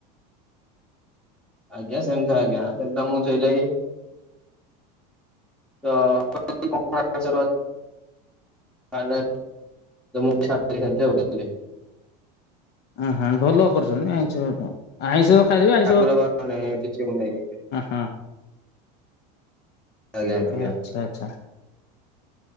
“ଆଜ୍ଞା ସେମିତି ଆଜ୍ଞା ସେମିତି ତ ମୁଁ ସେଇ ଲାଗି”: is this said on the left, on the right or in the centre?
Centre